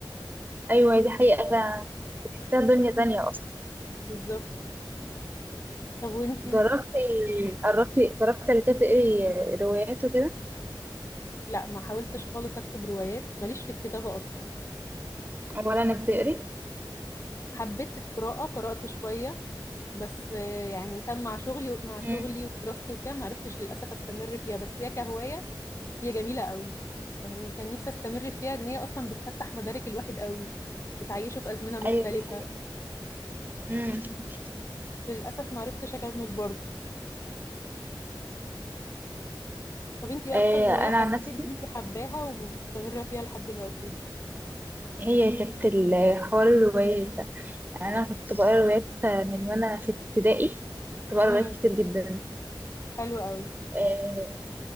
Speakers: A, on the right; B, on the left.
A: ايوه دي حقيقة فعلا بتحسها دنيا تانية اصلا
B: بالظبط طب وانتي
A: جربتي قربتي جربتي قبل كده تقري روايات وكده
B: لا ما حاولتش خالص اكتب روايات ماليش في الكتابة اصلا
A: ولا انك تقري
B: حبيت القراءة قرأت شوية بس آه، يعني تم مع شغلي مع شغلي
A: امم
B: ودراستي وكده ما عرفتش للاسف استمر فيها بس هي كهواية هي جميلة قوي يعني كان نفسي استمر فيها ان هي اصلا بتفتح مدارك الواحد قوي بتعيشه في ازمنة مختلفة
A: ايوه دي حقيقة امم
B: بس للاسف ما عرفتش اكمل برضه طب انتي ايه
A: آه
B: اكتر هواية
A: انا
B: حسيتي
A: عن نفسي
B: ان انتي حباها ومستمرة فيها لحد دلوقتي
A: هي كانت ال- حوار الروايات ده يعني أنا كنت بقرا روايات من وأنا في ابتدائي كنت بقرا
B: امم
A: روايات كتير جدا
B: حلو قوي
A: آه